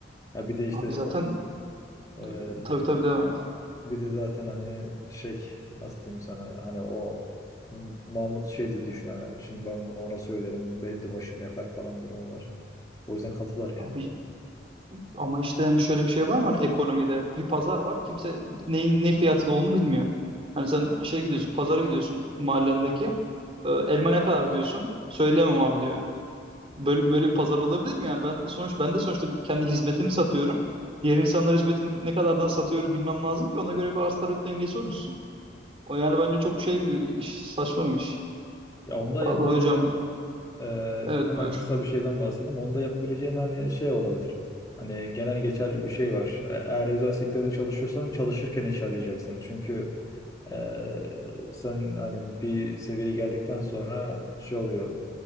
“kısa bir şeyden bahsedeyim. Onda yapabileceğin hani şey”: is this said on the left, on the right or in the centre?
Left